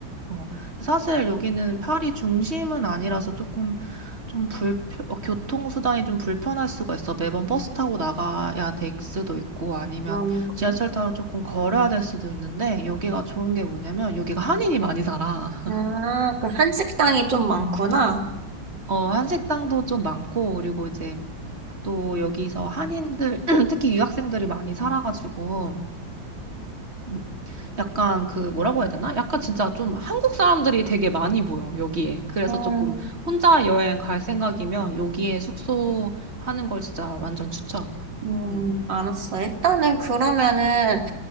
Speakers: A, on the right (about 30°); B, on the right (about 65°).
A: 어, 근데 사실 여기는 파리 중심은 아니라서 조금 좀 불, 교통수단이 좀 불편할 수가 있어. 매번 버스 타고 나가야 될 수도 있고 아니면
B: 아,
A: 지하철
B: 그래?
A: 타러 조금 걸어야 될 수도 있는데 여기가 좋은 게 뭐냐면 여기가 한인이 많이 살아.
B: 아, 그 한식당이 좀 많구나.
A: 어, 한식당도 좀 많고, 그리고 이제 또 여기서 한인들, <clears throat> 특히 유학생들이 많이 살아가지고, 음, 약간 그 뭐라고 해야 되나? 약간 진짜 좀 한국 사람들이 되게 많이 보여, 여기에. 그래서
B: 음,
A: 조금 혼자 여행 갈 생각이면 여기에 숙소 하는 걸 진짜 완전 추천.
B: 음,
A: 음.
B: 알았어. 일단은 그러면은,